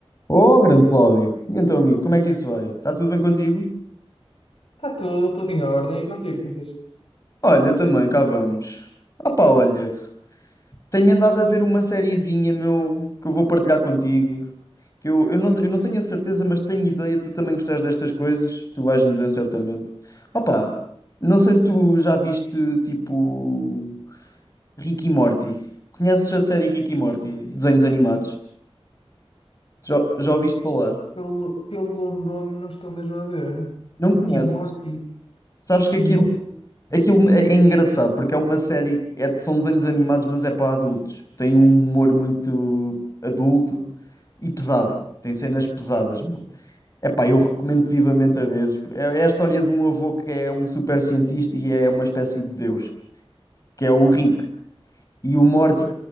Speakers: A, on the left (about 35°); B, on the left (about 65°).
A: Oh, grande Cláudio. E então, amigo, como é que isso vai? Está tudo bem contigo?
B: Está tudo, tudo em ordem e contigo, Francisco.
A: Olha, também cá vamos. Ah pá, olha, tenho andado a ver uma sériezinha, meu, que eu vou partilhar contigo. Que eu, eu não, eu não tenho a certeza, mas tenho ideia, tu também gostas destas coisas, tu vais-me dizer certamente. Ah pá, não sei se tu já viste, tipo, Rick e Morty. Conheces a série Rick e Morty? Desenhos animados. Já, já ouviste falar?
B: Pelo, pelo nome não estou mesmo a ver.
A: Não
B: Ricky
A: conheces?
B: Morty.
A: Sabes que
B: Hum,
A: aquilo Aquilo é é engraçado porque é uma série, é- são desenhos animados, mas é para adultos. Tem um humor muito adulto e pesado. Tem cenas pesadas, meu. Epá, eu recomendo vivamente a veres. É, é a história de um avô que é um super cientista e é uma espécie de Deus, que é o Rick.
B: ok,
A: E o Morty
B: ok,